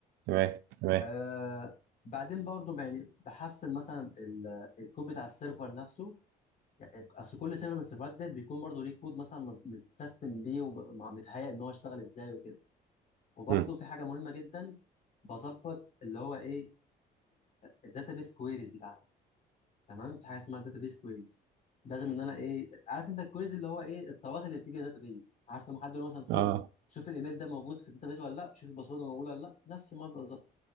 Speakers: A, on the right; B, on the left.
A: تمام تمام
B: آه بعدين برضو يعني بحسن مثلا ال- الكود بتاع السيرفر نفسه يعني اصل كل سيرفر من السيرفرات ديت بيكون برضو ليه كود مثلا مت- متسيستم بيه ومتهيأ ان هو يشتغل ازاي وكده وبرضو
A: مم.
B: في حاجه مهمه جدا بظبط اللي هو ايه الداتابيس كويريز بتاعتي تمام في حاجه اسمها داتابيس كويريز لازم ان انا ايه عارف انت الكويريز اللي هو ايه الطلبات اللي بتيجي داتابيس عارف لما حد يقول مثلا خد
A: اه
B: شوف الايميل ده موجود في الداتابيس ولا لا شوف الباسورد ده موجود ولا لا نفس المبدا بالظبط